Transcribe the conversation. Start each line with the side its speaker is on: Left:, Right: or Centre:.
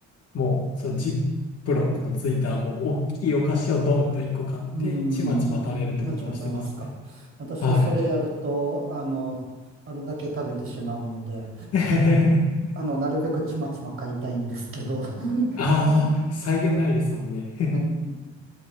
Left: もうそのジップロックのついたもう大きいお菓子をドンと一個買ってちまちま食べるってことをしてますね。
Right: うん。ちまちま食べますか。私、
Left: はい。
Right: それやると、あの、あれだけ食べてしまうので、
Left: <laughs>
Right: あの、なるべくちまちま買いたいんですけど、<laughs>
Left: ああ、際限ないですもんね。
Right: うん